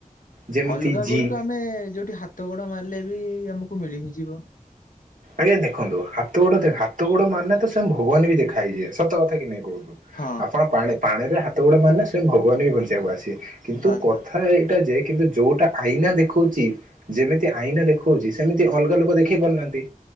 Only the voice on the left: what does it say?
ଅଲଗା
ଗୁଡିକ ଆମେ ଯୋଉଠି ହାତ ଗୋଡ ମାରିଲେ ବି ଆମକୁ ମିଳି ହିଁ ଯିବ।
ହଁ।
ବାସ୍
ବାସ୍